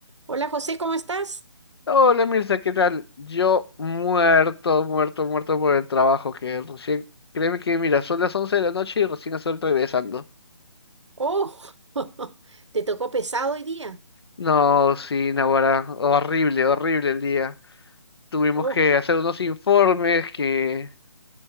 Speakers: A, on the right; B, on the left.
A: Hola José, ¿cómo estás?
B: Hola Mirza, ¿qué tal? Yo muerto, muerto, muerto por el trabajo que recién, créeme que mira, son las 11 de la noche y recién estoy regresando.
A: Oh, <laughs> te tocó pesado hoy día.
B: No, sí, Naguará, horrible, horrible el día. Tuvimos
A: Oh,
B: que hacer unos informes que,